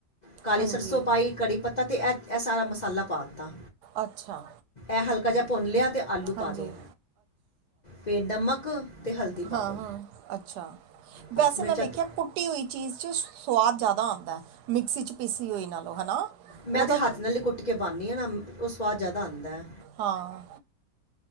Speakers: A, on the left (about 50°); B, on the right (about 70°).
A: ਕਾਲੀ
B: ਹਾਂਜੀ
A: ਸਰਸੋਂ ਪਾਈ ਕੜੀ ਪੱਤਾ ਤੇ ਐਹ, ਐਹ ਸਾਰਾ ਮਸਾਲਾ ਪਾ ਦਿੱਤਾ
B: ਅੱਛਾ
A: ਇਹ ਹਲਕਾ ਜਿਹਾ ਭੁੰਨ ਲਿਆ ਤੇ ਆਲੂ
B: ਹਾਂਜੀ
A: ਪਾ ਦੋ, ਫਿਰ ਨਮਕ ਤੇ ਹਲਦੀ ਪਾ
B: ਹਾਂ-
A: ਦਿਓ
B: ਹਾਂ ਅੱਛਾ, ਵੈਸੇ
A: ਬਸ ਮਿਰਚਾਂ
B: ਮੈਂ ਵੇਖਿਆ
A: ਤੇ-
B: ਕੁੱਟੀ ਹੋਈ ਚੀਜ਼ 'ਚ ਸਵਾਦ ਜ਼ਿਆਦਾ ਆਉਂਦਾ ਹੈ, ਮਿਕਸੀ 'ਚ ਪੀਸੀ ਹੋਈ ਨਾਲੋਂ, ਹਨਾ
A: ਮੈਂ
B: ਉਹਦਾ
A: ਤੇ ਹੱਥ ਨਾਲ ਹੀ ਕੁੱਟ ਕੇ ਪਾਉਂਦੀ ਹਾਂ ਨਾ ਉਹ ਸਵਾਦ ਜ਼ਿਆਦਾ ਆਉਂਦਾ ਐ
B: ਹਾਂ